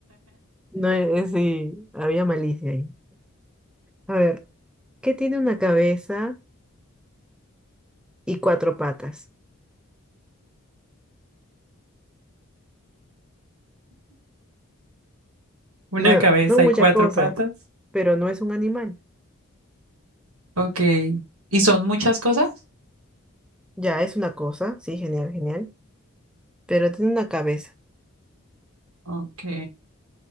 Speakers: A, in the centre; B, on the right (about 85°).
A: No es, es- sí, había malicia ahí. A ver. que tiene una cabeza y cuatro patas.
B: Una
A: Bueno,
B: cabeza
A: son muchas
B: y cuatro
A: cosas,
B: patas.
A: pero no es un animal.
B: Ok. ¿Y son muchas cosas?
A: Ya, es una cosa, sí, genial, genial. Pero tiene una cabeza.
B: Ok.